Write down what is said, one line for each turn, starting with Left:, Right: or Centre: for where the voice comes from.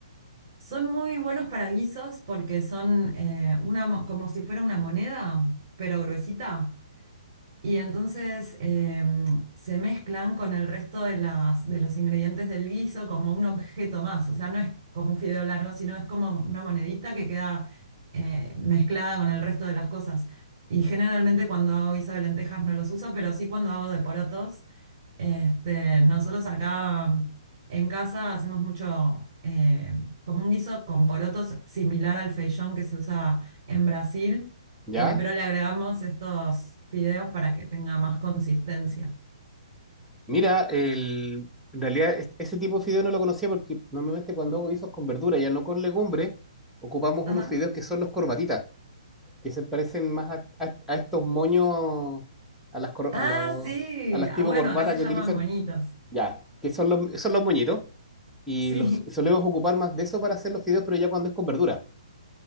Right: son muy buenos para guisos porque son eh, una, mo- como si fuera una moneda, pero gruesita. Y entonces em, se mezclan con el resto de las, de los ingredientes del guiso como un objeto más. O sea, no es como un fideo largo, sino es como una monedita que queda eh, mezclada con el resto de las cosas. Y generalmente cuando hago guiso de lentejas no los uso, pero sí cuando hago de porotos. Este, nosotros acá en casa hacemos mucho eh, como un guiso con porotos similar al feijón que se usa en Brasil,
Centre: ¿Ya?
Right: eh, pero le agregamos estos fideos para que tenga más consistencia.
Centre: Mira, el, en realidad es- ese tipo de fideo no lo conocía porque normalmente cuando hago guisos con verdura, ya no con legumbre, ocupamos
Right: Ajá.
Centre: unos fideos que son los corbatitas, que se parecen más a, a- a estos moños, a las, cor-
Right: Ah,
Centre: a los,
Right: sí.
Centre: a las
Right: Ah,
Centre: tipo
Right: bueno,
Centre: corbatas
Right: acá se
Centre: que
Right: llaman
Centre: utilizan,
Right: moñitos.
Centre: ya, que son los, son los moñitos, y
Right: Sí,
Centre: los solemos ocupar más de eso para hacer los fideos, pero ya cuando es con verdura.